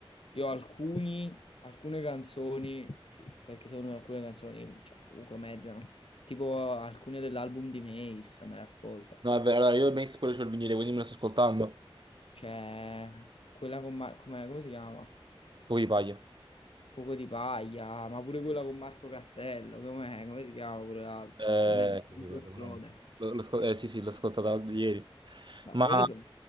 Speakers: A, on the left (about 70°); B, on the right (about 50°).
A: io ho alcuni, alcune canzoni, sì, perché secondo me alcune canzoni, cioè, comunque meritano. Tipo alcune dell'album di Mace, me le ascolto.
B: No, è vero, allora io Mace pure c'ho il vinile, quindi me la sto ascoltando.
A: Cioè, quella con Mar- com'è- come si chiama?
B: Poi di paglia.
A: Fuoco di paglia, ma pure quella con Marco Castello, com'è? Come si chiama pure l'altra?
B: Eh,
A: Il mezzo mondo
B: sì, sì, guarda,
A: esplode.
B: quello no. Lo- lo ascol- eh, sì, sì, l'ho ascoltata ieri.
A: No,
B: Ma
A: quelle sono...